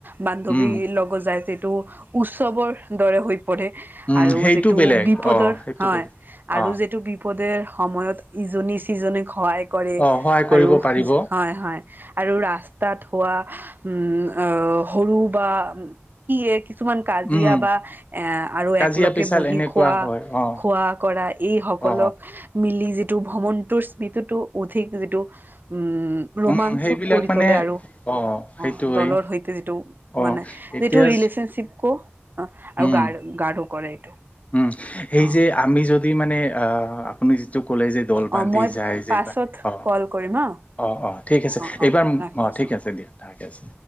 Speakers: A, on the right; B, on the left.
A: বান্ধৱীৰ
B: উম
A: লগত যায়। টো উৎসৱৰ দৰে হৈ পৰে
B: উম
A: আৰু
B: সেইটো
A: যিটো
B: বেলেগ
A: বিপদৰ
B: অ সেইটো
A: হয়
B: বেলেগ
A: আৰু
B: অ
A: যিটো বি বিপদে সময়ত ইজনী-চিজনীক সহায় কৰে,
B: অ সহায় কৰিব
A: আৰু
B: পাৰিব
A: হয়-হয়। আৰু ৰাস্তাত হোৱা উম সৰু বা কি? কিছুমান কাজিয়া
B: উম
A: বা এ আৰু
B: কাজিয়া
A: একলগে
B: পেচাল
A: বহি
B: এনেকুৱা
A: খোৱা।
B: হয় অ
A: খোৱা কৰা এই সকলক
B: অ
A: মিলি যি ভ্ৰমণ টো স্মৃতিতো অধিক যিটো উ ৰোমাঞ্চকৰ
B: উম সেইবিলাক
A: কৰি
B: মানে
A: তোলে আৰু
B: অ সেইটোৱেই
A: অ দলৰ সৈতে যিটো
B: অ
A: মানে
B: এতিয়া
A: যিটো ৰিলেচনশ্বিপ ক অ' আৰু
B: উম
A: গাৰ গাৰ কৰে। এইটো
B: উম, সেই
A: অ
B: যে আমি যদি মানে আহ আপুনি যিটো ক'লে যে দল বান্ধি
A: অ মই
B: যায় যে
A: পাছত
B: অ',
A: কল কৰিম
B: -
A: হা
B: অ', - অ' । ঠিক আছে
A: অ অ
B: এইবাৰ
A: ৰাখি
B: অ'
A: আছো
B: ঠিক আছে দিয়া তাকে আছে।